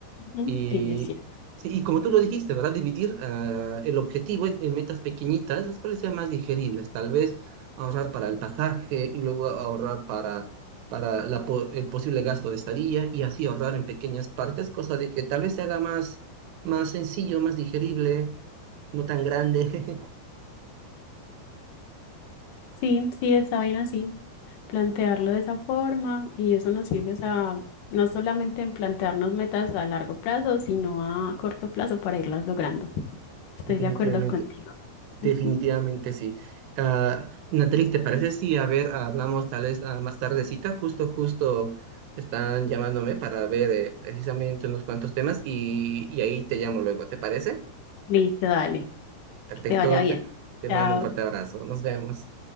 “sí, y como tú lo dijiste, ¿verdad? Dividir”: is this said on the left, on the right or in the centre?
Right